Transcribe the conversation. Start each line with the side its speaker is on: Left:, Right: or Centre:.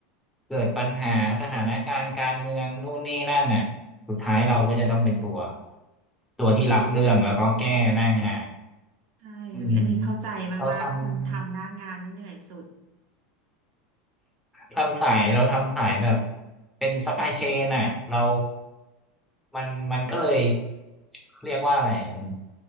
Centre: เกิดปัญหาสถานการณ์การเมืองนู่นนี่นั่นน่ะสุดท้ายเราก็จะต้องเป็นตัวตัวที่รับเรื่องแล้วก็แก้หน้างาน
Right: ใช่เฮ้ยอันนี้เข้าใจมากๆคนทำหน้างานนี่เหนื่อยสุด
Centre: อืมเราทำ ทำสายเราทำสายแบบเป็นซัพพลายเชนอ่ะเรามันมันก็เลยเรียกว่าอะไรอะมัน